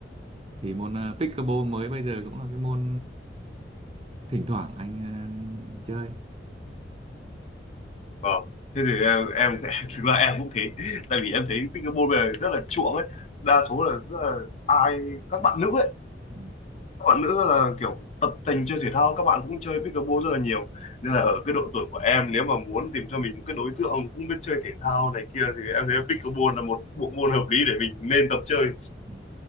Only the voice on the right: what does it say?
Thì môn ờ, pickleball mới bây giờ cũng là cái môn thỉnh thoảng anh ờ, chơi.
Ừ.
Ừ.